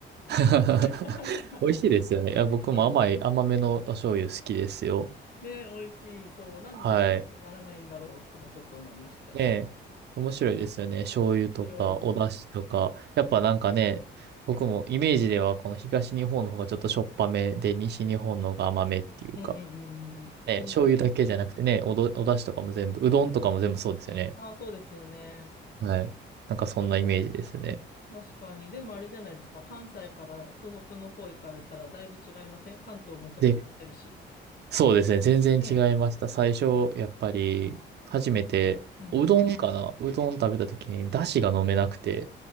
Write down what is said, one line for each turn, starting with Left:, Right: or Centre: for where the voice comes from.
Right: <laughs>
Left: <laughs>
Right: 美味しいですよね。いや、僕も甘い、
Left: うん
Right: 甘めのお醤油好きですよ。
Left: ね、美味しい。そう。なんで絶品にならないんだろうともちょっと思いました。
Right: はい。ねえ、面白いですよね。醤油とか、
Left: 面白い。うん
Right: お出汁とか。やっぱなんかね、僕もイメージではこの東日本の方がちょっとしょっぱめで、西日本の方が甘めっていうか。
Left: うんうんうんうん。
Right: ね、
Left: そんなイメージですよね。
Right: 醤油だけじゃなくてね、おど、お出汁とかも全部、うどんとかも全部そうですよね。
Left: ああ、そうですよね。
Right: はい。なんかそんなイメージですね。
Left: 確かに。でもあれじゃないですか。関西から東北の方行かれたらだいぶ違いません関東も飛ばしちゃってるし。
Right: で、そうですね。全然違いました。
Left: ね
Right: 最初、やっぱり、初めて、
Left: え。うん。
Right: うどんかなうどん食べた時に、だしが飲めなくて。
Left: うん。